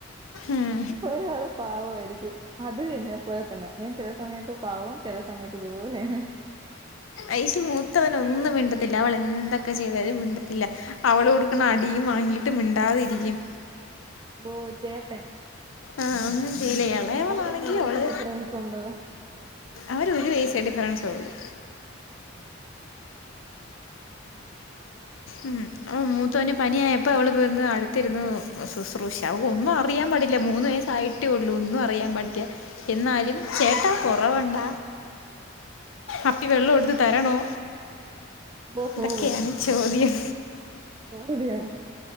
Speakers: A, on the left; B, on the right.
A: ഉം
B: ഒരാള് പാവായിരിക്കും അത് എന്നെ പോലെ തന്നെ ഞാൻ ചില സമയത്ത് പാവം ചെല സമയത്ത് ഇത്പോലെയ
A: ഐശ മൂത്തവന ഒന്നും മിണ്ടത്തില്ല അവള് എന്തൊക്കെ ചെയ്താലും മിണ്ടത്തില്ല അവളോട് കിട്ടുന്ന അടിയും വാങ്ങിയിട്ട് മിണ്ടാതിരിക്കും
B: ബോ ചേർട്ടെ
A: ആഹ ഒന്നും ചെയ്യില്ല ഇളയവളാണെങ്കി
B: അവരിങ്ങനെ ഏജ്
A: അവള്
B: ഡിഫറൻസ് ഉണ്ടോ
A: അവര് ഒരു വയസ്സേ ഡിഫറൻസേ ഉള്ളൂ
B: ഉം ആഹ്
A: ഉം അവൻ മൂത്തോന് പനിയായപ്പോ അവള് വന്ന് <unintelligible> ത്തിരുന്ന് ശുശ്രൂഷ ഒന്നും അറിയാൻ പാടില്ല മൂന്ന് വയസ്സായി റ്റള്ളൂ ഒന്നു അറിയാൻ പാടില്ല എന്നാലും ചേട്ടാ കൊറവണ്ട അപ്പി വെള്ളടുത്ത് തരണോ
B: ഓഹോ
A: ഇതൊക്കെയാണ് ചോദ്യം
B: <unintelligible>